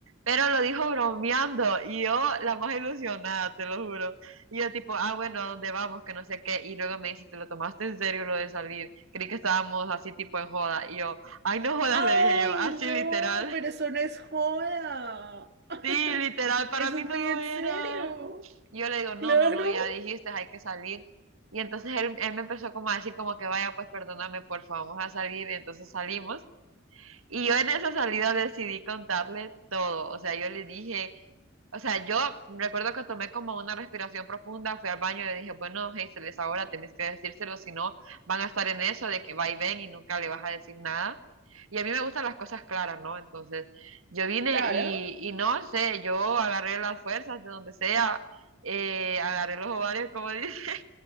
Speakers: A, on the right (about 80°); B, on the right (about 50°).
A: Pero lo dijo bromeando y yo la más ilusionada, te lo juro. Y yo tipo, ah, bueno, ¿a dónde vamos? Que no sé qué. Y luego me dice, ¿te lo tomaste en serio lo de salir? Creí que estábamos así tipo en joda. Y yo, ay, no jodas,
B: Ay,
A: le dije yo, así
B: no,
A: literal.
B: pero eso no es joda. <laughs>
A: Sí, literal, para
B: Eso
A: mí
B: es
A: no
B: muy
A: lo
B: en
A: era.
B: serio.
A: Yo le digo, no,
B: Claro,
A: no, no, ya dijiste, hay que salir. Y entonces él, él me empezó como a decir como que vaya, pues perdóname, porfa, vamos a salir. Entonces salimos. Y yo en esa salida decidí contarle todo. O sea, yo le dije o sea, yo recuerdo que tomé como una respiración profunda, fui al baño y le dije, bueno, Hazel, es ahora, tenés que decírselo, si no, van a estar en eso de que va y ven y nunca le vas a decir nada. Y a mí me gustan las cosas claras, ¿no? Entonces, yo vine
B: claro.
A: y, y no sé, yo agarré las fuerzas de donde sea, eh, agarré los ovarios, como dice.